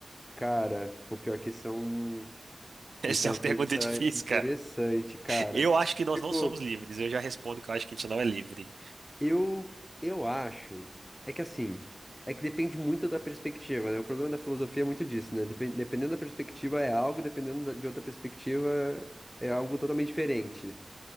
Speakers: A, on the left (about 15°); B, on the right (about 85°).
A: Cara, o pior que são.
B: <laughs> Essa
A: Isso é
B: é
A: uma
B: uma
A: pergunta
B: pergunta difícil,
A: interessante, cara.
B: Eu acho que nós
A: Tipo,
B: não somos livres. Eu já respondo que eu acho que a gente não é livre.
A: eu eu acho é que assim, é que depende muito da perspectiva, né? O problema da filosofia é muito disso, né? Depen- dependendo da perspectiva é algo, dependendo da- de outra perspectiva é algo totalmente diferente.